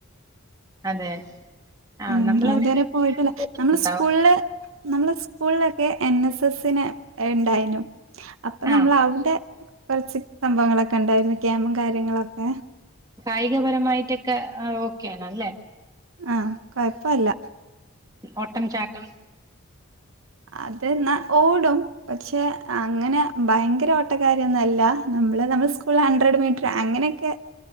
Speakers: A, on the right (about 15°); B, on the right (about 75°).
A: അതെ ആഹ്
B: ഉം
A: നമ്മളിവിടെ
B: ഞാൻ ഇതുവരെ പോയിട്ടില്ല. നമ്മള്
A: ഉണ്ടാവും
B: സ്കൂൾള് നമ്മള് സ്കൂൾലെക്കെ എൻ എസ് എസിന് ഇണ്ടായ്നു. അപ്പ
A: ആഹ്
B: നമ്മള് അവിടെ കൊറച്ച് സംഭവങ്ങളൊക്കെ ഉണ്ടായിരുന്നു ക്യാമ്പും കാര്യങ്ങളൊക്കെ.
A: കായികപരമായിട്ടൊക്കെ ഓക്കെയാണല്ലേ.
B: ആഹ് കൊഴപ്പല്ല.
A: ഓട്ടം, ചാട്ടം
B: അതന്ന ഓടും പക്ഷെ അങ്ങനെ ഭയങ്കര ഓട്ടക്കാരിയൊന്നല്ല. നമ്മള് നമ്മടെ സ്കൂളില് ഹൺഡ്രഡ് മീറ്റർ അങ്ങനെയൊക്കെ